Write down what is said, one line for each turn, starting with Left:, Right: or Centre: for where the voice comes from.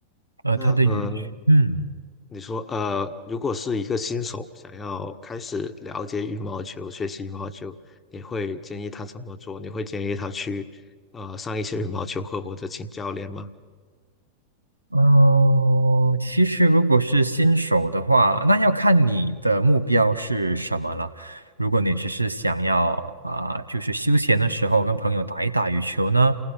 Right: 呃，
Left: 那嗯、
Right: 它的语，
Left: 呃
Right: 嗯。
Left: 你说呃，如果是一个新手想要开始了解羽毛球、学习羽毛球，你会建议他怎么做？你会建议他去呃上一些羽毛球课或者请教练吗？
Right: 哦，其实如果是新手的话，那要看你的目标是什么了。如果你只是想要啊、就是休闲的时候跟朋友打一打羽球呢，